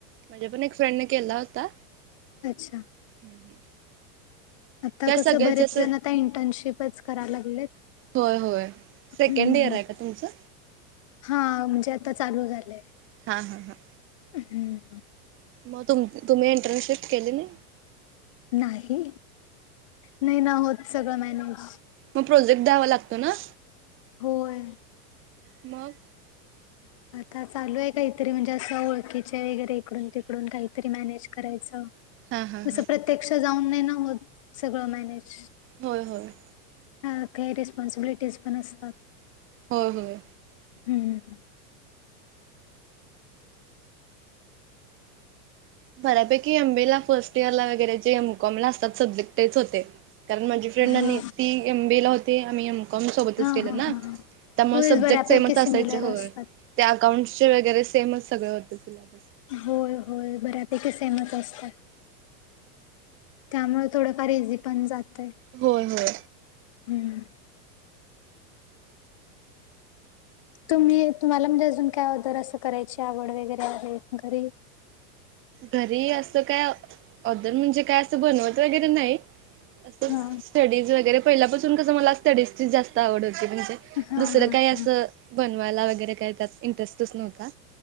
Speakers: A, on the right; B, on the left.
A: माझ्या पण एक फ्रेंडने केला होता.
B: अच्छा
A: <inaudible>
B: आता
A: त्या
B: कसं
A: सगळ्यात
B: बरेच
A: जास्त
B: जणं आता इंटर्नशिपच कराय लागलेत.
A: होय होय सेकंड
B: हम्म
A: इयर आहे का तुमचं?
B: हा म्हणजे, आता चालू झालंय.
A: हा हा हा....
B: हम्म..
A: मग तुम, तुम्ही इंटर्नशिप केली नाही?
B: नाही... नाही ना होत सगळं मॅनेज.
A: मग प्रोजेक्ट द्यावा लागतो ना?
B: होय......
A: मग?
B: आता चालू आहे काहीतरी म्हणजे, असं ओळखीचे वगैरे इकडून तिकडून काहीतरी मॅनेज करायचं.
A: हां हां
B: असं
A: हां
B: प्रत्यक्ष जाऊन नाही ना होत, सगळं मॅनेज.
A: होय होय.
B: हा काही रिस्पॉन्सिबिलिटीज पण असतात.
A: होय होय.
B: हम्म..
A: बऱ्यापैकी एम बी ए ला फर्स्ट इयर ला वगैरे जे एम कॉम ला असतात सब्जेक्ट तेच होते. कारण माझी फ्रेंडनी
B: हा
A: ती एम बी ए ला होती, आम्ही एम कॉम सोबतच
B: हा
A: केलं
B: हा
A: ना,
B: हा
A: त्यामुळे
B: होयच
A: सब्जेक्ट
B: बऱ्यापैकी
A: सेमच
B: सिमिलर
A: असायचे होय.
B: असतात.
A: त्या अकाउंटचे वगैरे सेमच सगळं होत सिलेबस.
B: होय होय बऱ्यापैकी सेमच असत्यात. त्यामुळे थोडंफार इझी पण जातय.
A: होय होय.
B: हम्म. तुम्ही तुम्हाला म्हणजे, अजून काय ऑदर असं करायची आवड वगैरे घरी.
A: घरी असं काय ऑदर म्हणजे, काय असं बनवत वगैरे नाही असं.
B: हा
A: स्टडीज वगैरे पहिल्यापासून कसं मला स्टडीजची जास्त आवड होती म्हणजे,
B: हा
A: दुसरं
B: हा
A: काय अस
B: हा
A: बनवायला वगैरे काय त्यात इंटरेस्टच नव्हता.